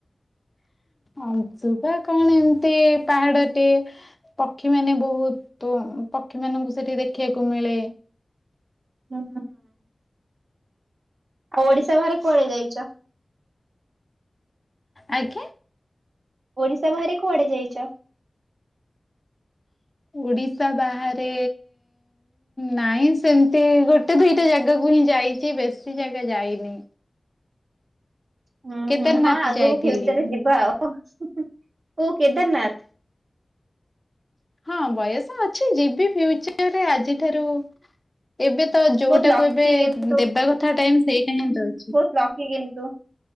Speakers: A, on the left; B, on the right.
A: ଅଂଶୁବା କଣ ଏମିତି ପାହାଡଟେ ପକ୍ଷୀ ମାନେ ବହୁତ ପକ୍ଷୀ ମାନଙ୍କୁ ସେଠି ଦେଖିବାକୁ ମିଳେ
B: ହଁ ଓଡିଶା ବାହାରେ କୁଆଡେ ଯାଇଚ
A: ଆଜ୍ଞା
B: ଓଡିଶା ବାହାରେ କୁଆଡେ ଯାଇଛ
A: ଓଡିଶା ବାହାରେ ନାଇଁ ସେମିତି ଗୋଟେ ଦୁଇଟା ଜାଗାକୁ ହିଁ ଯାଇଛି ବେଶୀ ଜାଗା ଯାଇନି
B: ହୁଁ
A: କେଦାରନାଥ
B: ହୁଁ ହଁ ଆଗକୁ
A: ଯାଇଥିଲି।
B: ଫ୍ୟୁଚରରେ ଯିବା ଆଉ ଓ କେଦାରନାଥ
A: ହଁ ବୟସ ଅଛି ଯିବି ଫ୍ୟୁଚରରେ ଆଜିଠାରୁ ଏବେ ତ ଯୋଉଟାକୁ
B: ବହୁତ ଲକି
A: ଏବେ
B: କିନ୍ତୁ
A: ଦେବା କଥା ଟାଇମ ସେଇଟା ହିଁ ଦଉଚି
B: ବହୁତ ଲକି କିନ୍ତୁ